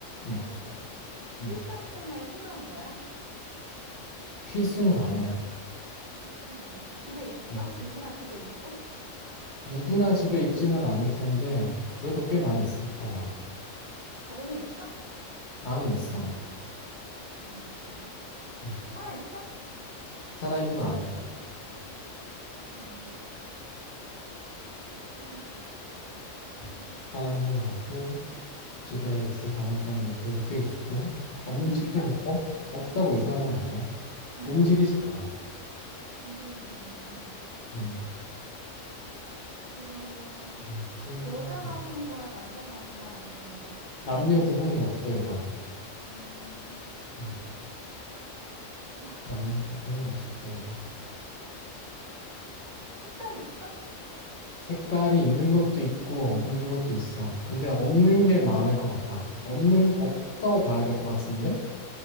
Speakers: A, on the left; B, on the right.
A: 응,
B: 알았어.
A: 응.
B: 일상생활에 필요한 거야?
A: 필수는 아니야.
B: 필수는 아니야. 집에 있어?
A: 응.
B: 누구나 집에 있어?
A: 누구나 집에 있지는 않을 텐데, 그래도
B: 어.
A: 꽤 많이 있을 거야.
B: 너는 있어?
A: 나는 있어.
B: 너는 있어.
A: 응.
B: 살아 있어?
A: 살아있는 거 아니야.
B: 어, 살아 있는 게 아니고
A: 응. 살아있는 거 아니고, 집에 있을 가능성이 그래도 꽤 있고, 없는
B: 움직여?
A: 집도 뭐, 없, 없다고 이상한 건 아니야.
B: 응,
A: 움직이지 않아.
B: 움직이는 게 아니구나.
A: 응.
B: 그러면
A: 있고,
B: 여자가 하는 거야, 남자가 하는 거야, 아니면 이게
A: 남녀
B: 유니セ?
A: 구분은 없어, 이건.
B: 음,
A: 음,
B: 아,
A: 남녀 구분은 없어요.
B: 색깔이 있어?
A: 색깔이 있는 것도 있고, 없는 것도 있어. 근데 없는 게 많을 것 같아. 없는, 없다고 봐야 될 것 같은데?